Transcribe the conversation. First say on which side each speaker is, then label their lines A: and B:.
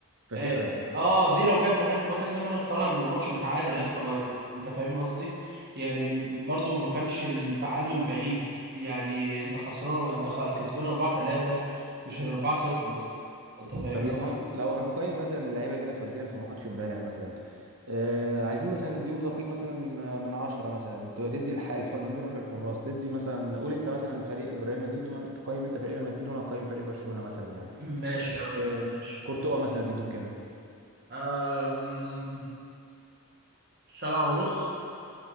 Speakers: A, on the right; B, on the right.
A: فاكرها
B: اه
A: فاكرها
B: آه، دي لو كانت دخلت مكان زمانك طالع من الماتش متعادل يا اسطى ما انت فاهم قصدي يعني م- برضو ما كانش التعادل بعيد يعني انت خسران انت خ... كسبان 4 3 مش 4 0 مثلا انت فاهمني
A: طب لو هن... لو هنقيم مثلا اللعيبه كده فرديا في ماتش امبارح مثلا آه... عايزين مثلا نديهم تقييم مثلا من من 10 مثلا ت- تدي الح... الح... نروح للحراس تدي مثلا قول انت مثلا فريق ريال مدريد وانا تقيم انت فريق ريال مدريد وانا اقيم فريق برشلونه مثلا يعني
B: ماشي يا عم
A: آه...
B: ماشي
A: كورتوا مثلا تدي له كام؟
B: أم... سبعة ونص